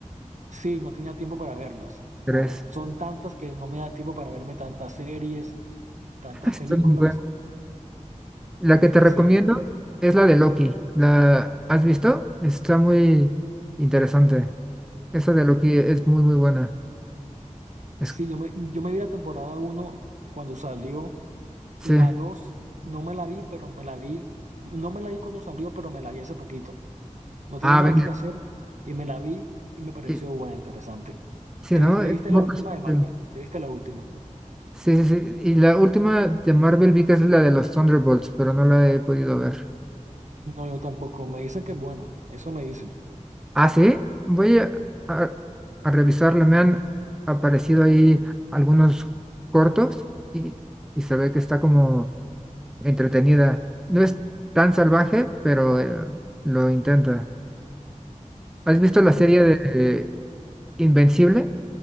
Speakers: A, on the right; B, in the centre.
A: sí, no tenía tiempo para verlas. Como
B: Tres.
A: son tantas que no me da tiempo para verme tantas series, tantas
B: <laughs>
A: películas.
B: Son buenos. La que te
A: Sí,
B: recomiendo es la de Loki. ¿La has visto? Está muy interesante. Esa de Loki es muy, muy buena. Es-
A: sí, yo me, yo me vi la temporada uno cuando salió.
B: sí.
A: La 2 no me la vi, pero me la vi. No me la vi cuando salió, pero me la vi hace poquito. No tenía
B: Ah,
A: nada
B: venga.
A: que hacer y me la vi y me pareció
B: y-
A: buena, interesante.
B: sí,
A: ¿Te
B: ¿no?
A: viste,
B: Es
A: te viste
B: muy
A: la última
B: reciente.
A: de Marvel? ¿Te viste la última?
B: Sí, sí, sí. Y la última de Marvel vi que es la de los Thunderbolts, pero no la he podido ver.
A: No, yo tampoco. Me dicen que es buena. Eso me dicen.
B: Ah, sí. Voy a, a, a revisarla. Me han aparecido ahí algunos cortos y, y se ve que está como entretenida. No es tan salvaje, pero eh, lo intenta. ¿Has visto la
A: Sí,
B: serie de Invencible